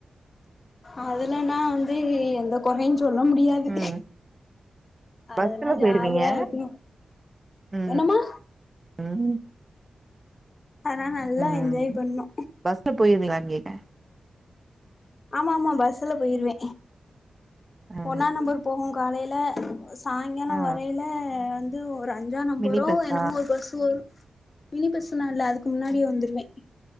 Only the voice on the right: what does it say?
ம்
பஸ்ல போயிருவீங்க
ம்
ம்
ம்
பஸ்ல போடுவீங்களான்னு கேட்ட
ஆ
ஆ
மினி பஸ்ஸா